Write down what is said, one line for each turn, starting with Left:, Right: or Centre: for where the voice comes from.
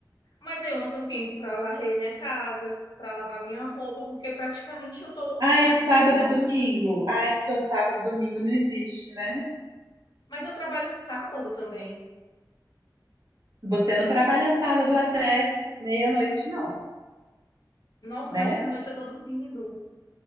Left: Mas aí eu não tenho tempo para varrer minha casa, para lavar minha roupa, porque praticamente eu tô
Right: Ah, e
Left: vivendo
Right: o sábado
Left: na.
Right: e domingo? Ah, é porque o sábado e domingo não existe, né?
Left: Mas eu trabalho sábado também.
Right: Você não trabalha sábado até meia-noite, não,
Left: Nossa,
Right: né?
Left: mas meia-noite eu tô dormindo.